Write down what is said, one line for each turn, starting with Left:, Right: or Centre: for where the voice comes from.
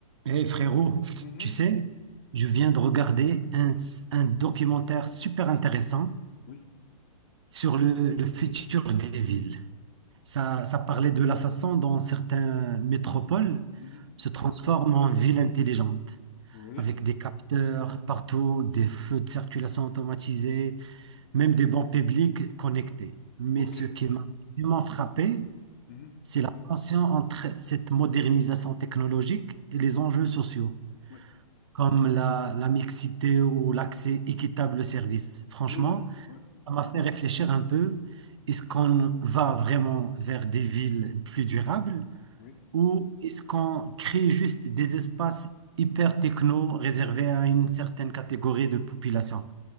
Right: Eh frérot,
Left: Mhm.
Right: tu sais, je viens de regarder un, un documentaire super intéressant
Left: Oui.
Right: sur le, le futur des villes. Ça, ça parlait de la façon dont certaines métropoles
Left: Mhm.
Right: se transforment en villes intelligentes,
Left: Oui.
Right: avec des capteurs partout, des feux de circulation automatisés,
Left: Mhm.
Right: même des bancs publics connectés. Mais
Left: OK.
Right: ce qui m'a vraiment frappé,
Left: Mhm.
Right: c'est la tension entre cette modernisation technologique et les enjeux sociaux.
Left: Oui.
Right: comme la, la mixité ou l'accès équitable au service. Franchement,
Left: Oui, oui, oui,
Right: ça m'a fait réfléchir un peu. Est-ce qu'on va vraiment vers des villes plus durables
Left: oui.
Right: ou est-ce qu'on crée juste des espaces hyper techno réservés à une certaine catégorie de population?